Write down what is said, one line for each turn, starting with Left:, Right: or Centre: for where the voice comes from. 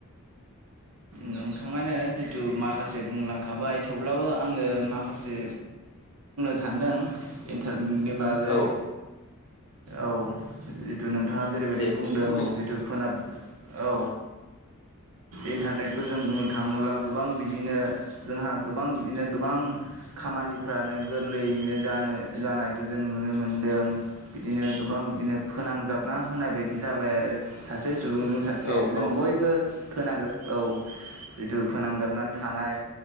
Right: नों नोंथाङ जिथु माखासे बुंलांखाबाय थेवब्लाबो आङो माखासे सानदों इन्टारनेटनि बागै
Left: औ
Right: औ जिथु नोंथाङा जेरैबायदि
Left: दे
Right: बुंदों
Left: फोरमायनोसै
Right: जिथु फोनाब औ इन्टारनेटखौ जों बुं थाङोब्ला गोबां बिदिनो जोंहा गोबां बिदिनो गोबां खामानिफ्रानो गोरलै नो जानो जानायखौ जों नुनो मोनदों बिदिनो गोबां बिदिनो फोनांजाबना होनाय नाय बायदि जाबाय आरो सासे सुबुंजों सासे
Left: औ
Right: जों
Left: औ
Right: बयबो फोनां औ जिथु फोनांजाबनानै थानाय